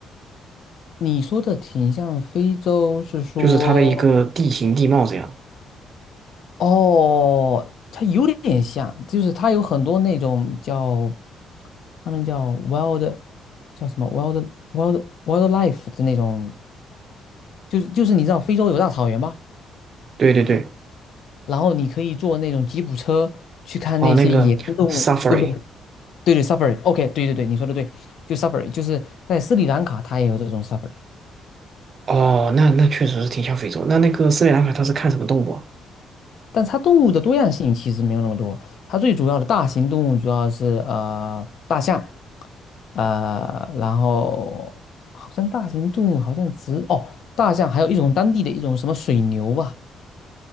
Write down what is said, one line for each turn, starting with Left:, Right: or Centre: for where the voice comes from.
Left: 你说的挺像非洲，是说
Right: 就是它的一个地形地貌这样。
Left: 哦，它有点像，就是它有很多那种叫，他们叫 wild，叫什么 wild wild wildlife 的那种，就是就是你知道非洲有大草原吗？
Right: 对对对，
Left: 然后你可以坐那种吉普车去看那些野生动物，
Right: 哦，那个 safari，
Left: 对不对？对对，safari，OK，对对对，你说的对，就 safari，就是在斯里兰卡它也有这种 safari，
Right: 哦，那那确实是挺像非洲。那那个斯里兰卡它是看什么动物啊？
Left: 但它动物的多样性其实没有那么多，它最主要的大型动物主要是呃大象，呃，然后好像大型动物好像只哦大象，还有一种当地的一种什么水牛吧，